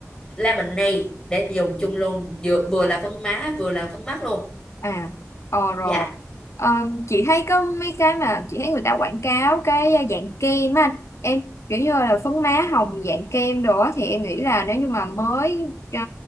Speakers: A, on the left; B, on the left.
A: Lemonade để dùng chung luôn vừa, vừa là phấn má vừa là phấn mắt luôn
B: À, ờ rồi.
A: dạ
B: Ờ, chị thấy có mấy cái mà chị thấy người ta quảng cáo cái dạng kem á anh. Em kiểu như là phấn má hồng dạng kem đồ á thì em nghĩ là nếu như mà mới ờ,